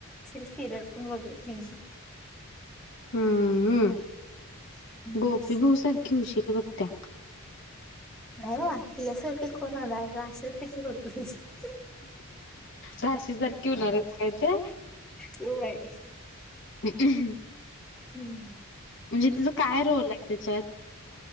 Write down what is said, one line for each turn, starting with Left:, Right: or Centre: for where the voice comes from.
Centre: सिरीयल पण बघत नाही.
Left: हम्म
Centre: मी.
Left: गोपी बहू तुळशीच बघत्या.
Centre: <unintelligible>
Left: राशीसारखी होणार आहेस काय त्या.
Centre: व्हय.
Left: ह.
Centre: हम्म.
Left: म्हणजे तूजा काय रोल आहे त्याच्यात.